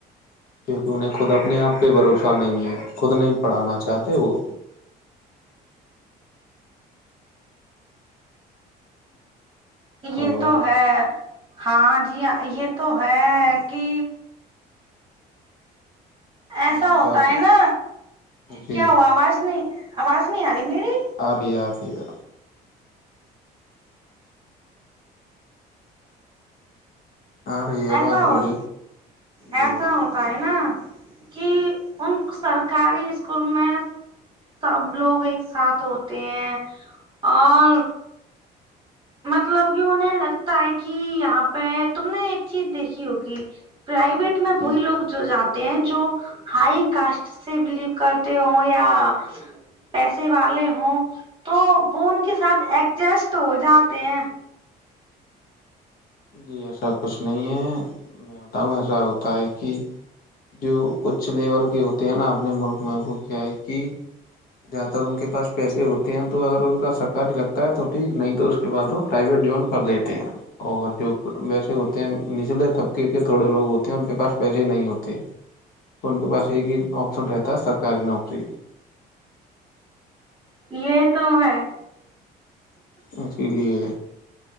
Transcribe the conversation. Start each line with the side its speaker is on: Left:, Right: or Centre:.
Left: کیونکہ انہیں خود اپنے آپ پہ بھروسہ نہیں ہے خود نہیں پڑھانا چاہتے وہ
Right: یہ
Left: ہیلو
Right: تو ہے ہاں جی یہ تو ہے کہ ایسا
Left: ابھی
Right: ہوتا
Left: آپ
Right: ہے نا
Left: جی
Right: کیا ہوا آواز نہیں آواز نہیں آ رہی میری
Left: ا رہ ا رہیا آ رہی ہے آواز
Right: ایسا
Left: بولی
Right: ہوت ایسا
Left: جی
Right: ہوتا پائے نا کہ ان سرکاری اسکول میں سب لوگ ایک ساتھ ہوتے ہیں اور مطلب کہ انہیں لگتا ہے کہ یہاں پہ تم نے ایک چیز دیکھی ہوگی پرائویٹ میں وہی
Left: جی
Right: لوگ جو جاتے ہیں جو ہائی کاسٹ سے بلیو کرتے ہ یا پیسے والے ہوں تو وہ ان کے ساتھ ایڈجسٹ ہو جاتے ہیں
Left: جی ایسا کچھ نہیں ہے میں بتاؤں ایسا ہوتا ہے کہ جو اچ لیول کے ہوتے ہیں نا اپنے ملک میں وہ کیا ہے کہ زیاد تر ان کے پاس پیسے ہوتے ہیں تو اگر ان کا سرکاری لگتا ہے تو ٹھیک نہیں تو اس کے بعد وہ پرائیویٹ جوان کر دیتے ہیں اور جو ویسے ہوتے ہیں نچلے طبقے کے تھوڑے لوگ ہوتے ہیں ان کے پاس پہلے نہیں ہوتے تو ان کے پاس ایک ہی آپشن رہتا سرکاری نوکری
Right: یہ تو ہے
Left: اسی لیے